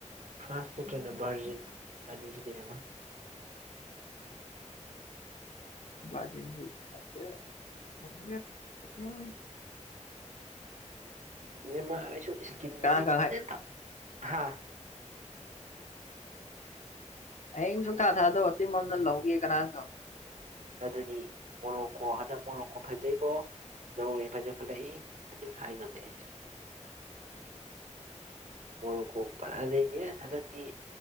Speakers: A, on the right (about 75°); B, on the left (about 75°).
A: ꯐ꯭ꯔꯥꯟꯁ ꯅꯠꯇ꯭ꯔꯅ ꯕꯥꯔꯖꯤꯜ ꯑꯅꯤꯁꯤꯗꯩ ꯑꯃ
B: ꯕ꯭ꯔꯥꯖꯤꯜꯁꯤ <inaudible>
A: ꯅꯦꯃꯥꯔꯁꯨ ꯏꯁꯀꯤꯟꯕꯨꯗꯤ
B: ꯀꯅꯥ ꯈꯪ
A: <unintelligible> ꯍꯥꯥ
B: ꯍꯌꯦꯡ ꯁꯨꯡꯊꯥ ꯊꯥꯖꯗꯕ ꯇꯤꯝ ꯑꯃꯅ ꯂꯧꯒꯤ ꯀꯅꯥꯅ ꯈꯪꯕ
A: ꯑꯗꯨꯗꯤ ꯃꯣꯔꯣꯛꯀꯣ ꯍꯟꯗꯛ ꯃꯣꯔꯣꯛꯀꯣ ꯐꯖꯩꯀꯣ <unintelligible> ꯐꯖꯈꯠꯂꯛꯏ ꯑꯗꯨ ꯍꯥꯏ ꯉꯝꯅꯦ ꯑꯩꯁꯦ ꯃꯣꯔꯣꯛꯀꯣ ꯐꯖꯩꯍꯦ ꯍꯟꯗꯛꯇꯤ